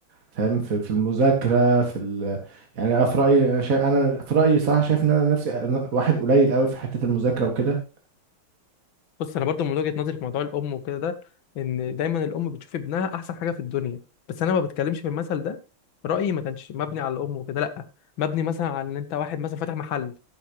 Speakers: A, on the right; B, on the left.
A: فاهم في في المذاكره في ال... يعني انا في رايي انا شا... انا في رايي صراحه شايف ان انا نفسي واحد قليل قوي في حته المذاكره وكده
B: بص انا برضو من وجهه نظري في موضوع الام وكده ده ان دايما الام بتشوف ابنها احسن حاجه في الدنيا بس انا ما بتكلمش في المثل ده رايي ما كانش مبني على الام وكده لا مبني مثلا على ان انت واحد مثلا فاتح محل